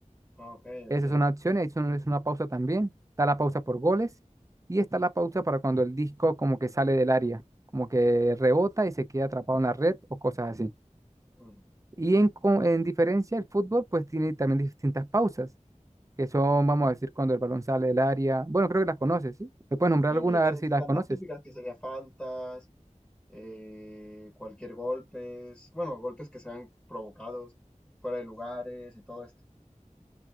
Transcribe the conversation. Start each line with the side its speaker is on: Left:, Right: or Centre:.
Centre: Ah, ok,
Right: Esa
Centre: ok.
Right: es una acción, ahí son- es una pausa también. Está la pausa por goles y está la pausa para cuando el disco como que sale del área, como que rebota y se queda atrapado en la red o cosas así.
Centre: Ujú.
Right: Y en, co- en diferencia, el fútbol pues tiene también distintas pausas, que son, vamos a decir, cuando el balón sale del área. Bueno, creo que las conoces, ¿sí? ¿Me puedes nombrar
Centre: Sí,
Right: alguna
Centre: sí,
Right: a
Centre: las,
Right: ver si las
Centre: las
Right: conoces?
Centre: más típicas que sería faltas. eh, cualquier golpes, bueno, golpes que sean provocados fuera de lugares y todo esto.